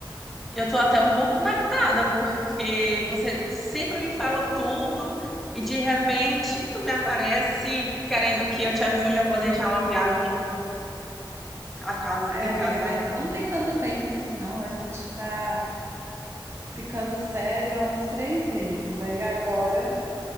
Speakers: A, in the centre; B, on the right.
A: eu tô até um pouco impactada, porque você sempre me fala tudo e de repente tu me aparece querendo que eu te ajude a planejar uma viagem a casa,
B: Ai,
A: em
B: amiga,
A: casal.
B: mas não tem tanto tempo assim, não. A gente tá ficando sério há uns três meses. Aí agora